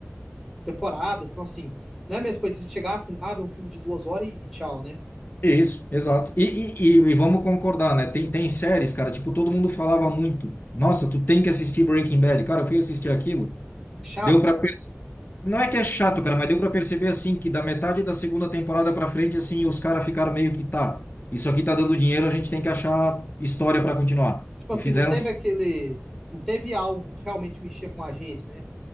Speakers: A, in the centre; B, on the left.
A: temporadas. Então, assim, não é a mesma coisa se chegar, sentar, ver um filme de duas horas e, e tchau, né?
B: Isso, exato. E, e, e, e vamos concordar, né? Tem, tem séries, cara, tipo, todo mundo falava muito. Nossa, tu tem que assistir Breaking Bad. Cara, eu fui assistir aquilo.
A: É chato.
B: Deu para perceber. Não é que é chato, cara, mas deu para perceber assim que da metade da segunda temporada para frente assim os caras ficaram meio que tá. Isso aqui tá dando dinheiro, a gente tem que achar história para continuar.
A: Tipo
B: E
A: assim,
B: fizeram
A: não teve aquele. Não teve algo que realmente mexia com a gente, né?